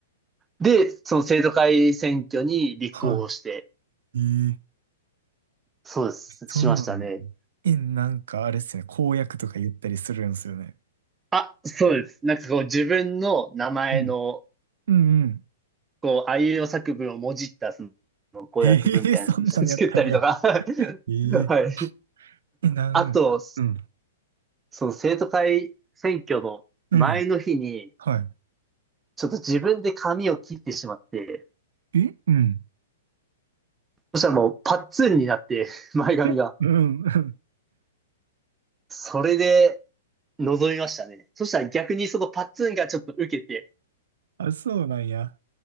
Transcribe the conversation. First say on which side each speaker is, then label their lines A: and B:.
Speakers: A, on the right (about 15°); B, on the right (about 65°).
A: で、その生徒会選挙に立候補して、
B: はい。えー
A: そうです、
B: そうなのよね
A: しましたね。
B: え、なんかあれっすよね。公約とか言ったりするんですよね。
A: あ、そうです。なんかこう自分の名前の、
B: うん。うんうん。
A: こう、あいうえお作文をもじった、その、公約文みたいなの
B: ええーそんなのやったんや。
A: <laughs> 作ったりとか <laughs>
B: ええ
A: はい。
B: え、なん、
A: あと、
B: うん。
A: その生徒会選挙の前の日に、
B: うん。は
A: ちょっと自分で髪を切ってしまって、
B: い。えうん。
A: そしたらもうパッツンになって、<laughs> 前髪が。
B: えうんうん。
A: それで、臨みましたね。そしたら逆にそのパッツンがちょっと受けて、
B: <laughs> あ、そうなんや。